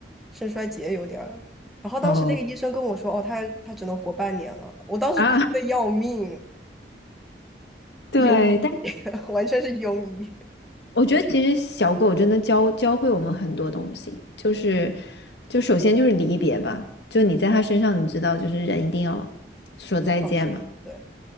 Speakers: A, in the centre; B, on the left.
A: 肾衰竭有点儿，然后当时那个医生跟我说，
B: 哦
A: 哦，他他只能活半年了，我当时哭的要命，
B: 啊，<laughs> 对，
A: 庸医，
B: 但。
A: <laughs> 完全是庸医，
B: 我觉得其实小狗真的教教会我们很多东西，就是就首先就是离别吧，就你在它身上，你知道就是人一定要说再见嘛，
A: 放手，对，